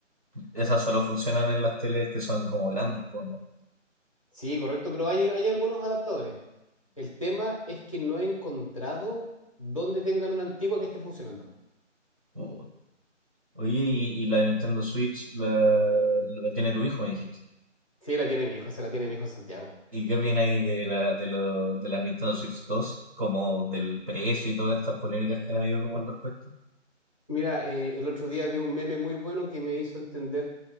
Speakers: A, on the right (about 40°); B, on the left (about 25°).
A: Esas solo funcionan en las teles que son como grandes, po, ¿no?
B: Sí, correcto, pero hay, hay algunos adaptadores. El tema es que no he encontrado dónde tengan una antigua que esté funcionando.
A: Ya. Oye, y, y la Nintendo Switch la, la tiene tu hijo, me dijiste.
B: Sí, la tiene mi hijo, se la tiene
A: ¿Y,
B: mi hijo Santiago.
A: y qué opináis de la, de, lo- de la Nintendo Switch 2? Como del precio y todas estas polémicas que han habido como al respecto.
B: Mira, eh, el otro día vi un meme muy bueno que me hizo entender